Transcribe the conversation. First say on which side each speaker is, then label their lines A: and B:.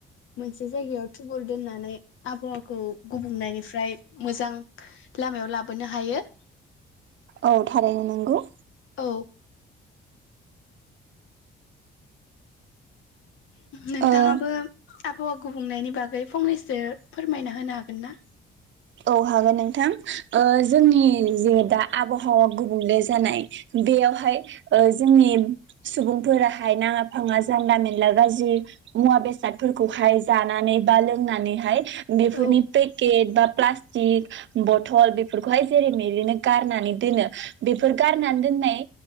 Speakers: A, on the left (about 80°); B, on the right (about 70°).
A: मोनसे जायगायाव थुबुर दोननानै आबहावाखौ गुबुंनायनिफ्राय मोजां लामायाव लाबोनो हायो
B: औ थारायनो नंगौ
A: औ नोंथाङाबो
B: ओ
A: आबहावा गुबुंनायनि बागै फंनैसो फोरमायना होनो हागोन ना
B: औ हागोन नोंथां ओ जोंनि जे दा आबहावा गुबुंले जानाय बेयावहाय ओ जोंनि सुबुंफोराहाय नाङा फाङा जानला मेनला गाज्रि मुवा बेसादफोरखौहाय जानानै बा लोंनानैहाय बिफोरनि
A: औ
B: पेकेट बा प्लास्टिक बथल बेफोरखौहाय जेरैमरैनो गारनानै दोनो बेफोर गारनानै दोननाय